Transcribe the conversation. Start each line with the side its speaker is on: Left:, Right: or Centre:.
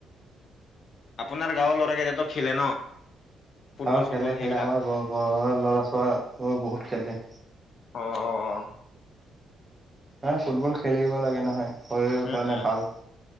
Left: আপোনাৰ গাঁৱৰ ল'ৰাৰাক এতিাতো খেলে ন। ফুটবল
Right: অ
Left: চুটবল
Right: খেলে খেলে
Left: এইবিলাক?
Right: আমাৰ ঘৰৰ লৰা ছাল বহুত খেলে।
Left: অ অ অ।
Right: ন ফুটবল খেলিব লাগে নহয়। শৰীৰৰ
Left: উম
Right: কাৰণে
Left: উম
Right: ভাল